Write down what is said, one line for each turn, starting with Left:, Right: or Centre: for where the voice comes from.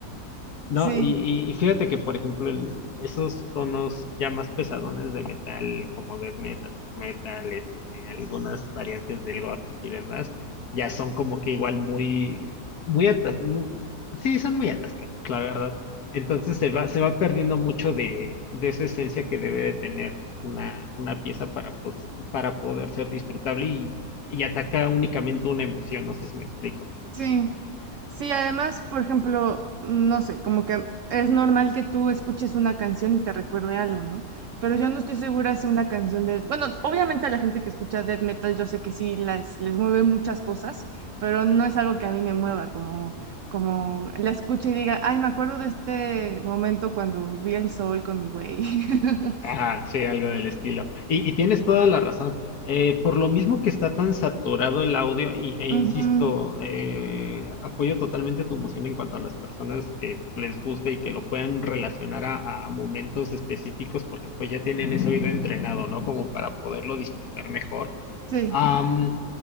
Left: No,
Right: Sí.
Left: y, y, y fíjate que, por ejemplo, el- esos tonos ya más pesadones de metal, como death metal, black metal, este, algunas variantes del gothic y demás, ya son como que igual muy, muy atas, mu- sí, son muy atascadas, la verdad. Entonces se va, se va perdiendo mucho de, de esa esencia que debe de tener una, una pieza para, pos- para poder ser disfrutable y, y ataca únicamente una emoción, no sé si me explico.
Right: Sí, sí, además, por ejemplo, no sé, como que es normal que tú escuches una canción y te recuerde algo, ¿no? Pero yo no estoy segura si una canción de, bueno, obviamente a la gente que escucha death metal yo sé que sí les, les mueve muchas cosas, pero no es algo que a mí me mueva, como, como la escuche y diga, ay, me acuerdo de este momento cuando vi el sol con mi güey. <laughs>
Left: Ajá, sí, algo del estilo. Y, y tienes toda la razón. Eh, por lo mismo que está tan saturado el audio, y- e insisto,
Right: Ujú,
Left: eh, apoyo totalmente tu emoción en cuanto a las personas que les guste y que lo puedan relacionar a, a momentos específicos, porque pues ya tienen ese oído entrenado, ¿no? Como para poderlo disfrutar mejor.
Right: Sí,
Left: Am,